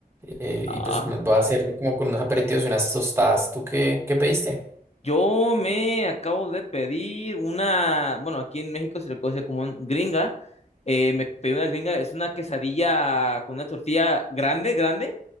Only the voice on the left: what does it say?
Ah,
Yo me acabo de pedir una, bueno, aquí en México se le conoce como un gringa. Eh, me pedí una gringa, es una quesadilla con una tortilla grande, grande,